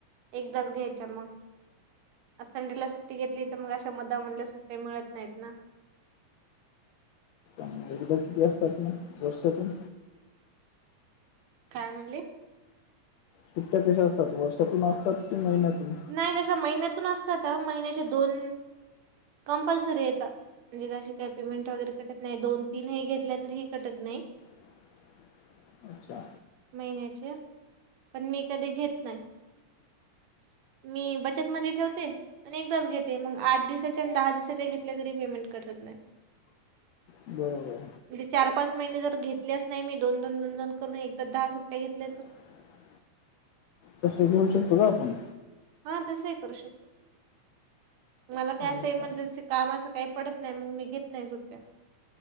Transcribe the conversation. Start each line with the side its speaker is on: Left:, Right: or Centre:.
Right: एकदाच घ्यायच्या मग संडेला सुट्टी घेतली तर मग अशा मदामनला सुट्ट्या मिळत नाहीत ना.
Left: मग एकदा किती असतात म? वर्षातून
Right: काय म्हणले?
Left: सुट्या कशा असतात वर्षातून असतात की महिन्यातून?
Right: नाइ तश्या महिन्यातून असतात ह महिन्याचे दोन कंपल्सरी येता म्हणजे काय पेमेंट वगैरे कटत नाही दोन तीनही घेतल्या तरी ही कटत नाही
Left: <inaudible> अच्छा
Right: महिन्याच्या पण मी कधी घेत नाय मी बचत मध्ये ठेवते अणि एकदाच घेते मग आठ दिवसाचे आणि दहा दिवसाचे घेतले तरी पेमेंट कट होत नायी.
Left: बरोबर
Right: म्हणजे चार पाच महिने जर घेतल्याच नायी मी दोन दोन दोन दोन करून एकदा दहा सुट्ट्या घेतल्या तर
Left: <unintelligible> तस घेऊ शकतो का आपण?
Right: हा तसही करू शकतो. मला काय
Left: हो
Right: अस इमर्जन्सी
Left: का
Right: काम अस काही पडत नाही, मग मी घेत नायी सुट्ट्या